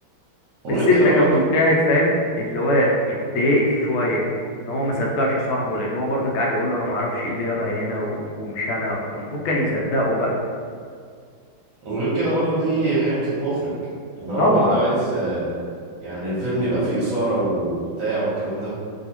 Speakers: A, on the right (about 60°); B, on the left (about 80°).
A: وغير
B: بس
A: كده
B: انت
A: برضو
B: كمشاهد فاهم اللي هو اتضايقت شويه ان هو ما صدقش صاحبه لان هو برضك قاعد يقول له انا ما اعرفش ايه اللي جابها هنا و- ومش انا فالمفروض كان يصدقه بقى
A: وغير كده برضو دي حنكة مخرج ان هو
B: طبعا
A: برضو عايز آه، يعني الفيلم يبقى فيه إثارة وبتاع والكلام ده